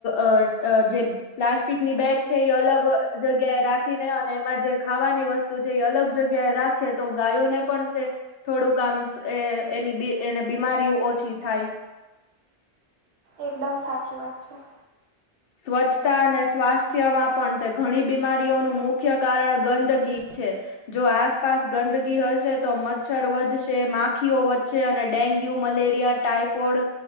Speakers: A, on the left; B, on the right.
A: અ અ જે. પ્લાસ્ટિકની બેગ છે એ અલગ જગ્યા એ રાખીને અને એમાં જે ખાવાની વસ્તુ તો જે અલગ જગ્યાએ રાખે તો ગાયોને પણ તે થોડુંકમ એ એની એ બીમારીઓ ઓછી થાય.
B: એકદમ સાચી વાત છે.
A: સ્વચ્છતા અને સ્વાસ્થ્યમાં પણ તે ઘણી બીમારીઓનું મુખ્ય કારણ ગંદગી છે. જો આસપાસ ગંદગી હશે તો મચ્છર વધશે માખીઓ વધશે અને ડેન્ગ્યુ મલેરિયા ટાઈફોઇડ